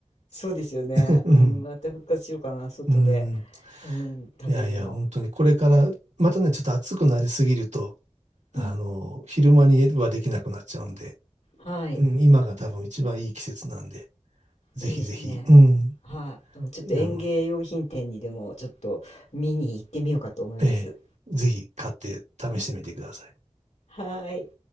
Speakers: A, on the left (about 75°); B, on the right (about 85°).
A: そうですよね。
B: <laughs> うん。
A: うん、また復活しようかな、外で、
B: うん。
A: うん、食べるの。
B: いやいや、本当にこれから、またね、ちょっと暑くなりすぎると、あの、
A: うん、
B: 昼間にはできなくなっちゃうんで、
A: はい、
B: うん、今が多分一番いい季節なんで、ぜひぜひ、
A: いいですね。
B: うん。
A: はい、うんちょっと園芸用品店にでもちょっと見に行ってみようかと思います。
B: あの、ええ、ぜひ買って試してみてください。
A: はい。